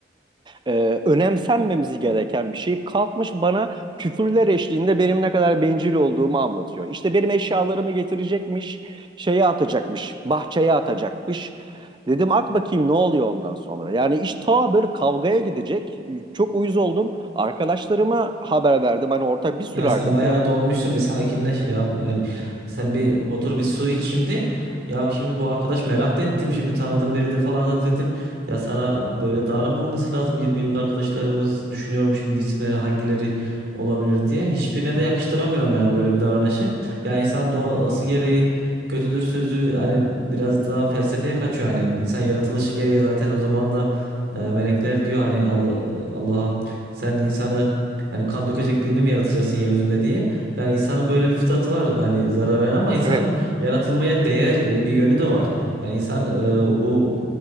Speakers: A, on the right (about 25°); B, on the right (about 75°).
A: e, önemsenmemizi gereken bir şey kalkmış bana küfürler eşliğinde benim ne kadar bencil olduğumu anlatıyor. İşte benim eşyalarımı getirecekmiş, şeye atacakmış, bahçeye atacakmış. Dedim at bakayım ne oluyor ondan sonra. Yani iş ta böyle kavgaya gidecek. Çok uyuz oldum. Arkadaşlarıma haber verdim. Hani ortak bir sürü
B: Ya
A: arkadaşım.
B: sen bayağı dolmuşsun bir sakinleş ya. Bu- hem- sen bir otur bir su iç şimdi. Ya şimdi bu arkadaş merak da ettim şimdi tanıdığın biri de falan da dedin. Ya sana böyle davranmaması lazım. 20 yıllık arkadaşlarımızı düşünüyorum şimdi isimleri hangileri olabilir diye. Hiçbirine de yakıştıramıyorum yani böyle bir davranışı. Ya insan doğası gereği kötüdür sözü hani biraz daha felsefeye kaçıyor hani insan yaratılışı gereği zaten o zaman da e, melekler diyor hani Allah, Allah'a sen insanı Hani kan dökecek birini mi yaratacaksın yeryüzünde diye. Yani insanın böyle bir fıtratı var. Hani zarar veren ama insanın
A: Evet.
B: yaratılmaya değer e, bir yönü de var. Yani insan e, bu